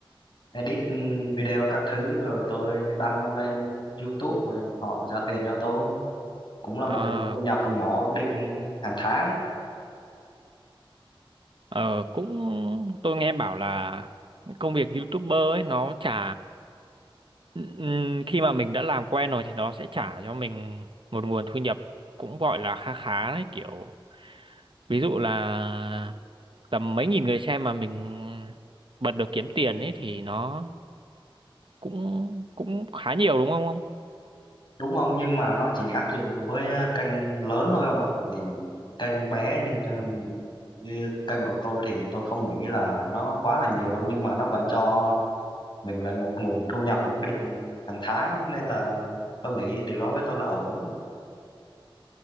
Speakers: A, on the left; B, on the right.
A: edit video các thứ rồi tôi đăng lên YouTube rồi họ trả tiền cho tôi. Cũng là
B: à
A: một nguồn thu nhập nhỏ ổn định hàng tháng.
B: Ờ cũng tôi nghe bảo là công việc YouTuber ấy nó trả ừm, khi mà mình đã làm quen rồi thì nó sẽ trả cho mình một nguồn thu nhập cũng gọi là kha khá đấy kiểu ví dụ là tầm mấy nghìn người xem mà mình bật được kiếm tiền ấy thì nó cũng cũng khá nhiều đúng không ông?
A: đúng ông nhưng mà nó chỉ áp dụng với ờ, kênh lớn thôi ông ạ bởi vì những kênh bé như um, như kênh của tôi thì tôi không nghĩ là nó quá là nhiều đâu nhưng mà nó vẫn cho mình lại một nguồn thu nhập ổn định hàng tháng nên là tôi nghĩ điều đó với tôi là ổn